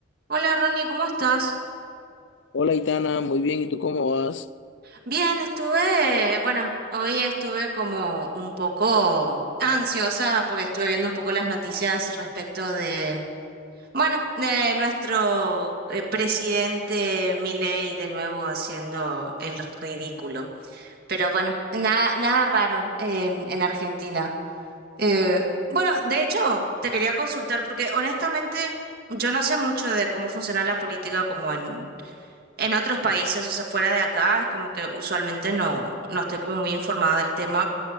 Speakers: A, on the right; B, on the left.
A: Hola Ronnie, ¿cómo estás?
B: Hola, Itana, muy bien, ¿y tú cómo vas?
A: Bien, estuve, bueno, hoy estuve como un poco ansiosa porque estuve viendo un poco las noticias respecto de, bueno, de nuestro eh, presidente Milei de nuevo haciendo el ridículo. Pero bueno, nada, nada raro en, en Argentina. Eh, bueno, de hecho, te quería consultar porque honestamente yo no sé mucho de cómo funciona la política como en En otros países, o sea, fuera de acá, es como que usualmente no, no estoy como muy informada del tema,